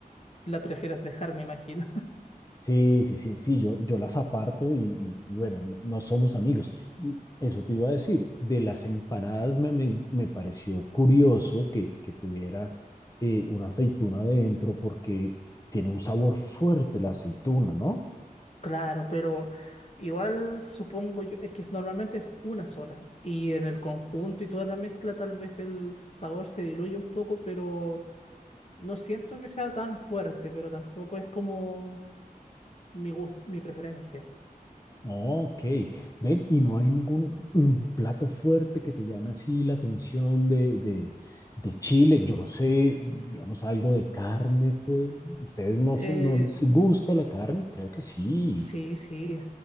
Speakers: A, on the left (about 45°); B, on the left (about 25°).
A: La prefieres dejar, me imagino. <laughs>
B: Sí, sí, sí, sí, yo, yo las aparto y, y- y bueno, no, no somos amigos. Y eso te iba a decir, de las empanadas me, me, me pareció curioso que, que tuviera eh, una aceituna adentro porque tiene un sabor fuerte la aceituna, ¿no?
A: Claro, pero igual supongo yo, es que es- normalmente es una sola y en el conjunto y toda la mezcla tal vez el sabor se diluye un poco, pero no siento que sea tan fuerte, pero tampoco es como mi gusto, mi preferencia.
B: Ok, ven, y no hay ningún mm, plato fuerte que te llame así la atención de, de, de Chile. Yo no sé, digamos, algo de carne fue. ¿Ustedes no
A: Eh,
B: son, no les gusta la carne? Creo que sí.
A: Sí, sí.